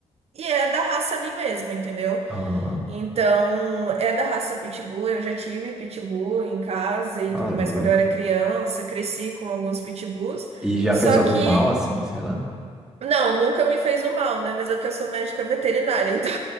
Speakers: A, on the right; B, in the centre.
A: e é da raça ali mesmo, entendeu?
B: Aham,
A: Então, é da raça Pitbull. Eu já tive Pitbull em casa e
B: Ah,
A: tudo
B: louco.
A: mais quando eu era criança, cresci com alguns Pitbulls,
B: E já
A: só
B: fez algum
A: que.
B: mal assim, sei lá?
A: Não, nunca me fez o mal, né? Mas é que eu sou médica veterinária, então